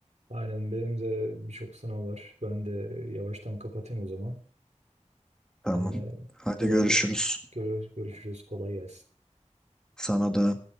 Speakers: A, on the right; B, in the centre.
A: Aynen benim de birçok sınav var. Ben de yavaştan kapatayım o zaman.
B: Tamam.
A: Ee,
B: Hadi
A: kolaylık
B: görüşürüz.
A: görüyoruz, görüşürüz. Kolay gelsin.
B: Sana da